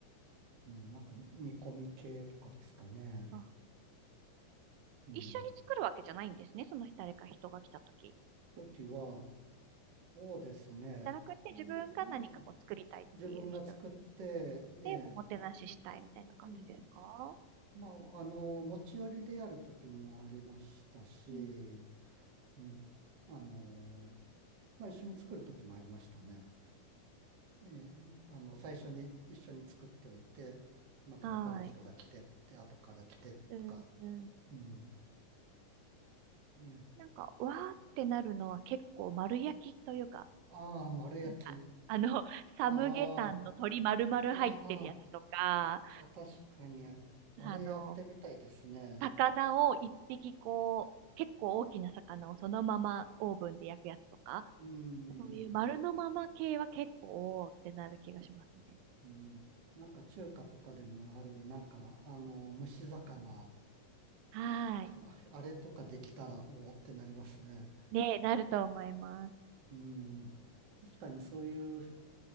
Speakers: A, on the right; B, on the right.
A: うんなんか煮込み系とかですかね。
B: あ
A: うん。
B: 一緒に作るわけじゃないんですね、その誰か人が来た時。
A: 時は、そうですね。
B: じゃなくて、
A: うん、
B: 自分が何かこう作りたいっていう人
A: 自分が作って、ええ、
B: で、おもてなししたいみたいな感じですか
A: うんまあ、あの、持ち寄りでやる時もありましたし、
B: うん。
A: うん、あの、まあ、一緒に作る時もありましたね。えーあの、最初に一緒に作っておいて、また他の人が来てって、
B: はい。
A: 後から来てとか、
B: うん、うん。
A: うん。ね、
B: なんか、わーってなるのは結構丸焼きというか、
A: ああ、丸焼き。
B: なんか、あの、<laughs> サムゲタンの鶏丸々入ってるやつとか、
A: ああ、ああ、確かに、あれやってみたいですね。
B: あの、魚を一匹こう、結構大きな魚をそのままオーブンで焼くやつとか、
A: うん、
B: そういう丸のまま系は結構、おーってなる気がしますね。
A: うん。なんか中華とかでもある、なんか、あの、蒸し魚。
B: はーい。
A: <laughs> ああれとかできたら、おおってなりますね。
B: ね、なると思います。
A: うん。確かにそういう、